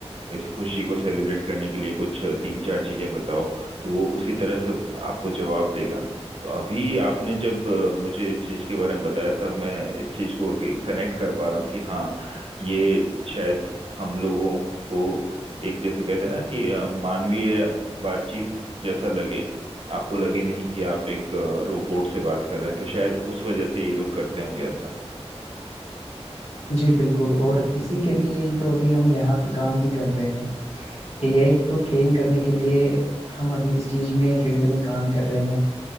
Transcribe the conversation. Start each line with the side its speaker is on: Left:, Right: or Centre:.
Right: इस खुशी को सेलिब्रेट करने के लिए कुछ तीन चार चीजें बताओ तो वो उसी तरह से आपको जवाब देगा तो अभी आपने जब अ, मुझे इस चीज के बारे में बताया तब मैं इस चीज को कनेक्ट कर पा रहा हूँ कि हाँ ये शायद हम लोगों को एक जैसे कहते हैं ना कि अ, मानवीय बातचीत जैसा लगे आपको लगे नहीं कि आप एक रोबोट से बात कर रहे हैं तो शायद उस वजह से ये लोग करते होंगे ऐसा
Left: जी बिल्कुल और इसी के लिए ही तो अभी हम यहाँ पे काम भी कर रहे हैं एआई को ट्रेन करने के लिए हम अभी इस चीज में फील्ड में काम कर रहे हैं